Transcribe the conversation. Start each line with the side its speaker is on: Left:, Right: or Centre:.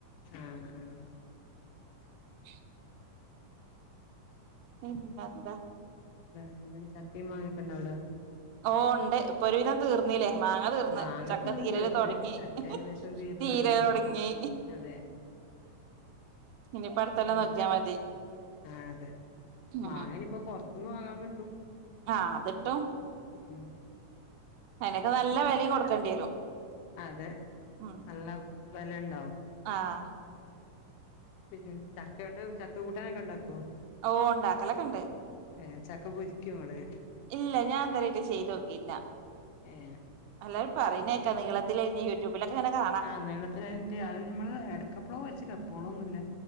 Left: ആഹ് ആഹ്
Right: <inaudible>
Left: പിന്നെ
Right: പിന്നെന്താ
Left: വേറെ എന്തക്കെ ചക്കേം മാങ്ങെക്കെണ്ടാവിടെ
Right: ഓ ഉണ്ട് ഇപ്പൊ ഒരുവിധം തീർ ഇല്ലേ മാങ്ങ തീർന്ന്
Left: മാങ്ങ
Right: ചക്ക
Left: ഫുള്ള്
Right: തീരൽ
Left: തീർന്ന്
Right: തൊടങ്ങി
Left: ചക്ക ഏകദേശം തീർന്ന്
Right: തീര
Left: തുടങ്ങി
Right: തൊടങ്ങി
Left: അതെ
Right: ഇനിയിപ്പം അടുത്ത കൊല്ലോം
Left: ഉം
Right: നോക്കിയാ മതി
Left: ആഹ് അതെ വാങ്ങാൻ
Right: ഉം
Left: ഇപ്പൊ പൊറത്തുന്ന് വാങ്ങാൻ കിട്ടും
Right: ആഹ് അതിട്ടും
Left: ഉം
Right: അയിനൊക്കെ നല്ല വിലയും കൊടുക്കേണ്ടി വരും
Left: അതെ
Right: ഉം
Left: നല്ല വെലയുണ്ടാവും
Right: ആഹ്
Left: പിന്നെ ചക്ക കൊണ്ട് ചക്ക കൂട്ടാനൊക്കെ ഉണ്ടാക്കുവോ
Right: ഓ ഉണ്ടാക്കലൊക്കെ ഇണ്ട്
Left: ഏഹ് ചക്ക പൊരിക്കോ ഇങ്ങള്
Right: ഇല്ല ഞാൻ ഇതുവരെയായിട്ട് ചെയ്ത് നോക്കിട്ട്ല്ല
Left: ഏഹ്
Right: അല്ലാരും പറയുന്നക്കാം നീളത്തിലരിഞ്ഞ് കി രൂപ്പിലൊക്കെ ഇങ്ങനെ കാ
Left: ആഹ് നീളത്തിലാണെങ്കി അത് നമ്മള് എടക്കപ്പ്ളോ വെച്ച്ക്ക എപ്പോളൊന്നുല്ല